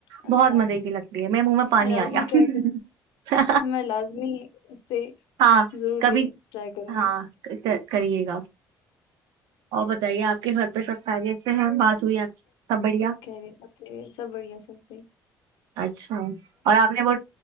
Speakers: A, on the left; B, on the right.
A: اچھا
B: بہت مزے کی لگتی ہے میرے منہ میں پانی
A: لازمی
B: آ گیا
A: ٹرائی کروں میں لازمی اس سے
B: ہاں
A: ضرور
B: کبھی
A: ٹرائی کروں
B: ہاں
A: گی
B: کریے گا اور بتائیے آپ کے گھر پہ سب س ای سے ہیں بات ہوئی آپ کی سب بڑھیا
A: کہہ رہی سب کہہ رہی سب بڑھیا سب صحیح
B: اچھا اور آپ نے وہ